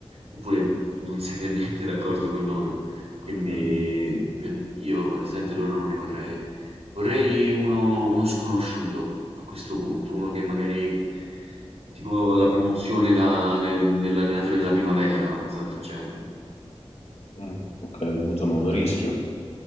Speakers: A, on the right (about 75°); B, on the left (about 75°).
A: oppure non sei per niente d'accordo con loro. Quindi
B: mm,
A: per- io onestamente loro non li vorrei. Vorrei uno, uno sconosciuto a questo punto, uno che magari tipo la promozione da- de- dell'allenatore della primavera, una cosa del genere.
B: un- ok, insomma un rischio,